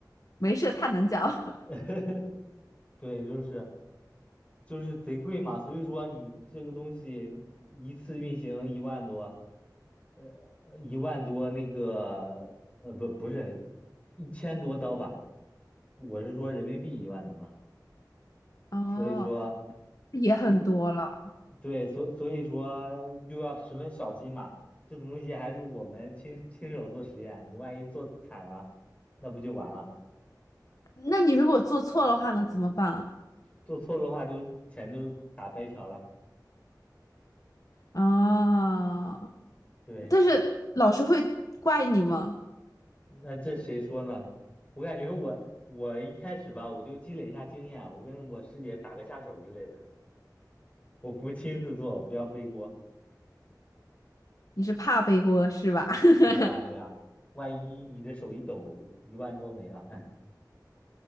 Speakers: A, on the left (about 50°); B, on the left (about 20°).
A: 没事，他能教。
B: <laughs> 对，就是就是贼贵嘛，所以说你这个东西一次运行一万多，呃，一万多那个呃不不是一千多刀吧，我是说人民币一万多，
A: <laughs> 哦，
B: 所以说，
A: 也很多了。
B: 所对，所所以说又要十分小心嘛，这种东西还是我们亲亲手做实验，你万一做惨了，那不就完了？
A: 那你如果做错的话呢，怎么办？
B: 做错了的话就钱就打白嫖了。
A: 啊，
B: 对，
A: 但是老师会怪你吗？
B: 那这谁说呢？我感觉我我一开始吧，我就积累一下经验，我跟我师姐打个下手之类的，我不亲自做，不要背锅。
A: 你是怕背锅是吧？<laughs>
B: 对呀，对呀，万一你这手一抖，一万多没了，